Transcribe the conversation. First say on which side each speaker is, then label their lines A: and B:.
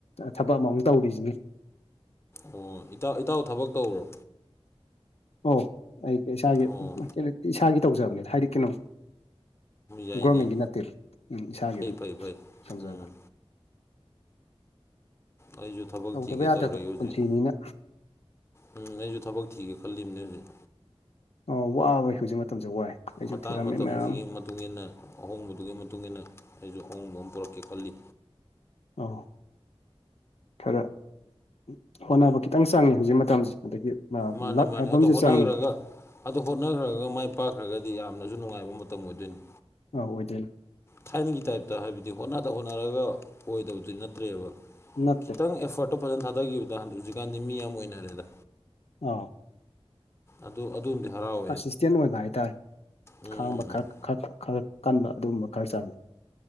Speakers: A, on the left; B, on the left.
A: ꯊꯕꯛ ꯑꯃ ꯃꯨꯛ ꯇꯧꯔꯤꯖꯤꯅꯤ
B: ꯑꯣ ꯏꯇꯥꯎ ꯏꯇꯥꯎ ꯊꯕꯛ ꯇꯧꯔꯣ
A: ꯑꯣ ꯑꯩ ꯏꯁꯥꯒꯤ
B: ꯑꯣ
A: <unintelligible> ꯏꯁꯥꯒꯤ ꯇꯧꯖꯕꯅꯤꯗ ꯍꯥꯏꯗꯤ ꯀꯩꯅꯣ__
B: ꯌꯥꯏꯅꯦ
A: ꯒꯣꯔꯃꯦꯟꯒꯤ ꯅꯠꯇꯦꯕ ꯎꯝ ꯏꯁꯥꯒꯤ
B: ꯐꯩ
A: ꯑꯗꯨꯝ
B: ꯐꯩ ꯐꯩ
A: ꯇꯧꯖꯕꯅꯤ
B: ꯎꯝ ꯑꯩꯁꯨ ꯊꯕꯛ
A: ꯇꯧꯗꯕ
B: ꯊꯤꯒꯦ
A: ꯌꯥꯗꯕ
B: ꯇꯧꯔꯤꯌ‌‌ꯦ ꯍꯧꯖꯤꯛ
A: ꯄꯨꯟꯁꯤꯅꯤꯅ
B: ꯎꯝ ꯑꯩꯁꯨ ꯊꯕꯛ ꯊꯤꯒꯦ ꯈꯜꯂꯤꯝꯅꯦ ꯍꯧꯖꯤꯛ
A: ꯑꯣ ꯋꯥꯕꯩ ꯍꯧꯖꯤꯛ ꯃꯇꯝꯁꯦ ꯋꯥꯏ ꯑꯩꯁꯨ
B: ꯃꯇꯥꯡ
A: ꯊꯤꯔꯝꯃꯤ
B: ꯃꯇꯝꯁꯤꯒꯤ
A: ꯃꯌꯥꯝ
B: ꯃꯇꯨꯡ ꯏꯟꯅ ꯑꯍꯣꯡꯕꯗꯨꯒꯤ ꯃꯇꯨꯡꯏꯟꯅ ꯑꯩꯁꯨ ꯑꯍꯣꯡꯕ ꯑꯃ ꯄꯨꯔꯛꯀꯦ ꯈꯜꯂꯤ
A: ꯑꯣ ꯈꯔ ꯎꯝ ꯍꯣꯠꯅꯕ ꯈꯤꯇꯪ ꯆꯪꯉꯦ ꯍꯧꯖꯤꯛ ꯃꯇꯝꯁꯦ ꯑꯗꯒꯤ
B: ꯃꯥꯅꯦ
A: ꯂꯛ
B: ꯃꯥꯅꯦ
A: ꯍꯥꯏꯕ
B: ꯑꯗ‌ꯣ
A: ꯑꯃꯁꯨ
B: ꯍꯣꯠꯅꯒ꯭ꯔꯒ
A: ꯆꯪꯉꯤ
B: ꯑꯗꯣ ꯍꯣꯠꯅꯈ꯭ꯔꯒ ꯃꯥꯏ ꯄꯥꯛꯈ꯭ꯔꯒꯗꯤ ꯌꯥꯝꯅꯁꯨ ꯅꯨꯡꯉꯥꯏꯕ ꯃꯇꯝ ꯑꯣꯏꯗꯣꯏꯅꯦ
A: ꯑꯧ ꯑꯣꯏꯗꯣꯏꯅ‌ꯦ
B: ꯊꯥꯏꯅꯒꯤ ꯇꯥꯏꯞꯇ ꯍꯥꯏꯕꯗꯤ ꯍꯣꯠꯅꯗ ꯍꯣꯠꯅꯔꯒ ꯑꯣꯏꯗꯕꯗꯨꯗꯤ ꯅꯠꯇ꯭ꯔꯦꯕ
A: ꯅꯠꯇꯦ
B: ꯈꯤꯇꯪ ꯑꯦꯐꯔꯠꯇꯣ ꯐꯖꯅ ꯊꯥꯗꯈꯤꯕꯗ ꯍꯧꯖꯤꯛꯀꯥꯟꯗꯤ ꯃꯤ ꯌꯥꯝ ꯑꯣꯏꯅꯔꯦꯗ꯫
A: ꯑ‌ꯣ
B: ꯑꯗꯨ ꯑꯗꯨꯝꯗꯤ ꯍꯔꯥꯎꯏ꯫
A: ꯀꯟꯁꯤꯁꯇꯦꯟ ꯑꯣꯏꯕ ꯍꯥꯏꯇꯥꯔꯦ
B: ꯎꯝ
A: ꯈꯥꯡꯕ ꯈꯔ
B: ꯎꯝ
A: ꯈꯔ ꯈꯔ ꯀꯟꯕ ꯑꯗꯨꯒꯨꯝꯕ ꯈꯔ ꯆꯪꯏ꯫